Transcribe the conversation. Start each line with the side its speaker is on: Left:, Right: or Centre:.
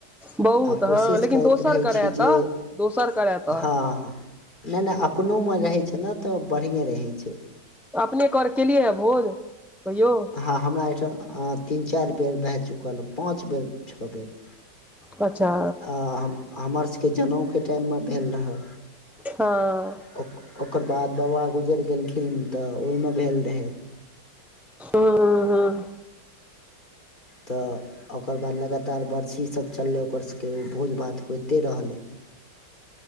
Centre: बहुत
Left: आ कोशिश
Centre: हँ लेकिन
Left: करैत
Centre: दोसर
Left: रहय
Centre: करय
Left: छी जे
Centre: तऽ दोसर करय तऽ
Left: हँ- हँ नय- नय अपनोमे रहय छैय ने त बढ़ियें रहय छैय।
Centre: अपने घर केलियै ये भोज कहियौ।
Left: ह हमरा एहिठाम तीन -चाइर बेर भए चुकल पाँच बेर, छ बेर।
Centre: अच्छा।
Left: आ हम -हमर सबके जनउके टायममे भेल रहे।
Centre: हँ।
Left: ओक- ओकर बाद बाबा गुजैर गेलखिन त ओयमे भेल रहय।
Centre: हँ- हँ- हँ।
Left: त ओकर बाद लगातार बरसी सब चललै ओकर सबके ओ भोज -भात होइते रहलै।